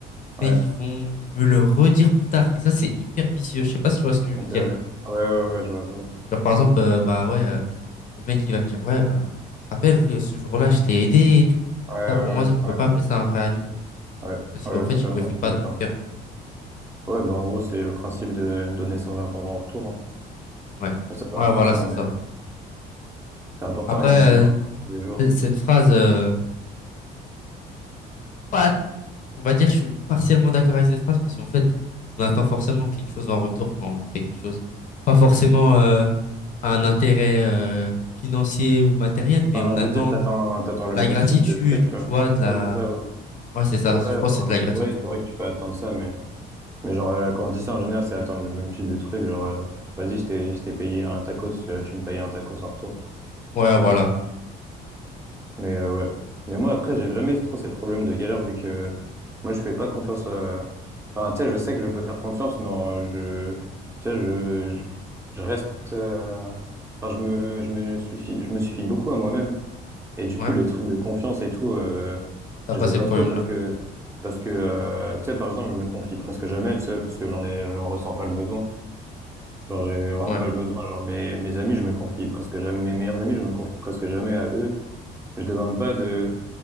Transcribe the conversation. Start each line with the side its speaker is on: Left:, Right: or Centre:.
Right: Ouais,
Left: mais qui vont me le redire plus tard. Et ça, c'est hyper vicieux. Je sais pas si tu vois ce que je
Right: ok,
Left: veux dire.
Right: ouais. Ouais, ouais, ouais, je vois, je vois, je vois.
Left: Genre, par exemple, euh, bah ouais, euh, le mec, il va me dire, ouais, bah, tu te rappelles, euh, ce jour-là, je t'ai aidé et tout.
Right: Ouais, ouais,
Left: Ça, pour moi, on peut
Right: ouais,
Left: pas appeler ça un vrai ami.
Right: ouais, ouais,
Left: Parce qu'en
Right: ouais, ouais,
Left: fait,
Right: totalement,
Left: il le fait
Right: je
Left: pas
Right: suis d'accord.
Left: de bon cœur.
Right: Ouais, bah, en gros, c'est le principe de donner sans attendre en retour. hein.
Left: Ouais.
Right: Et ça, c'est
Left: Ouais,
Right: important,
Left: voilà, c'est
Right: mais
Left: ça.
Right: c'est important,
Left: Après,
Right: et
Left: euh,
Right: même dans tous les jours.
Left: c- cette phrase, euh, pas, on va dire, je suis partiellement d'accord avec cette phrase parce qu'en fait, on attend forcément quelque chose en retour quand on fait quelque chose. Pas forcément, euh, un intérêt, euh, financier ou matériel, mais
Right: Enfin,
Left: on attend
Right: je veux dire, t'attends,
Left: de
Right: t'attends le
Left: la
Right: même
Left: gratitude
Right: type de truc,
Left: ou,
Right: tu
Left: tu
Right: vois.
Left: vois, de la,
Right: Ouais, c'est ça, ouais.
Left: ouais, c'est ça.
Right: Ouais,
Left: Je pense
Right: enfin,
Left: que c'est de la gratitude.
Right: ouais, c'est vrai que tu peux attendre ça, mais, mais genre, euh, quand on dit ça, en général, c'est attendre le même type de truc, genre, euh, vas-y, je t'ai, je t'ai payé un tacos, euh, tu me payes un tacos en retour,
Left: Ouais,
Right: un truc
Left: voilà.
Right: comme ça. Mais euh, ouais. Mais moi, après, j'ai jamais trop ces problèmes de galère vu que moi, je fais pas confiance à... Enfin, tu sais, je sais que je peux faire confiance, mais euh, je... Tu sais, je... Je, je reste... euh, Enfin, je me... je me suffis... je me suffis beaucoup à moi-même. Et du
Left: Ouais,
Right: coup, les trucs de confiance et tout, euh,
Left: t'as
Right: je
Left: pas
Right: les
Left: ces
Right: ai pas
Left: problèmes-là.
Right: trop parce que... Parce que, euh, tu sais, par exemple, je me confie presque jamais, tu sais, parce que j'en ai... j'en ressens pas le besoin. Genre, j'ai vraiment
Left: Ouais.
Right: pas le besoin. Genre, mes, mes amis, je me confie presque jamais... Mes meilleurs amis, je me confie presque jamais à eux. Je demande pas de